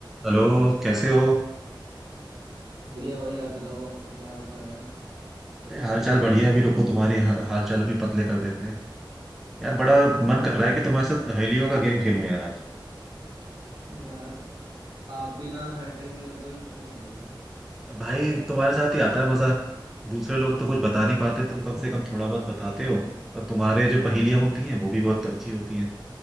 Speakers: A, in the centre; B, on the right.
A: Hello कैसे हो
B: बढ़िया भाई आप बताओ आपके क्या हाल चाल है
A: अरे, हाल चाल बढ़िया है अभी रुको तुम्हारी हा- हाल चाल अभी पतले कर देते हैं यार बड़ा
B: क्या
A: मन कर
B: बात
A: रहा है कि तुम्हारे
B: है
A: साथ पहेलियों का गेम खेलूं यार आज
B: यार आप भी ना हर टाइम मेरे को भी फोन करो
A: भाई तुम्हारे साथ ही आता है मजा दूसरे लोग तो कुछ बता नहीं पाते तुम कम
B: <laughs>
A: से कम थोड़ा बहुत बताते हो और तुम्हारे जो पहेलियां होती हैं वो भी बहुत अच्छी होती हैं